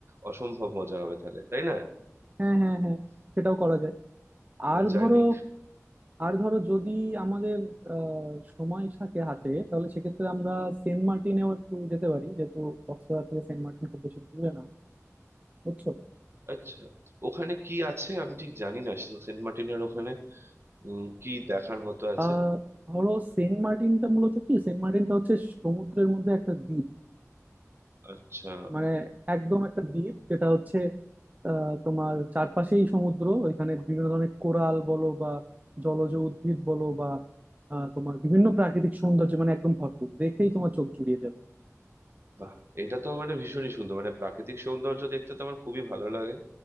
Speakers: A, on the right (about 50°); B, on the right (about 30°).
A: অসম্ভব মজা হবে তাহলে তাই না
B: হ্যাঁ হ্যাঁ হ্যাঁ সেটাও করা যায়
A: হ্যাঁ
B: আর
A: জার্নি
B: ধরো আর ধরো যদি আমাদের আহ, সময় থাকে হাতে তাহলে সেক্ষেত্রে আমরা সেন্ট মার্টিনেও একটু যেতে পারি যেহেতু কক্সবাজার থেকে সেন্ট মার্টিন খুব বেশি দূরে না বুঝছো
A: আচ্ছা ওখানে কি আছে আমি ঠিক জানি না সেন্ট মার্টিনের ওখানে উম, কি দেখার মতো আছে
B: আহ ধরো সেন্ট মার্টিনটা মূলত কি সেন্ট মার্টিনটা হচ্ছে সমুদ্রের মধ্যে একটা দ্বীপ
A: আচ্ছা
B: মানে একদম একটা দ্বীপ যেটা হচ্ছে আহ, তোমার চারপাশেই সমুদ্র ওইখানে বিভিন্ন ধরনের কোরাল বলো বা জলজ উদ্ভিদ বলো বা আহ, তোমার বিভিন্ন প্রাকৃতিক সৌন্দর্য মানে একদম ভরপুর দেখেই তোমার চোখ জুড়িয়ে যাবে
A: বাহ এটা তো মানে ভীষণই সুন্দর মানে প্রাকৃতিক সৌন্দর্য দেখতে তো আমার খুবই ভালো লাগে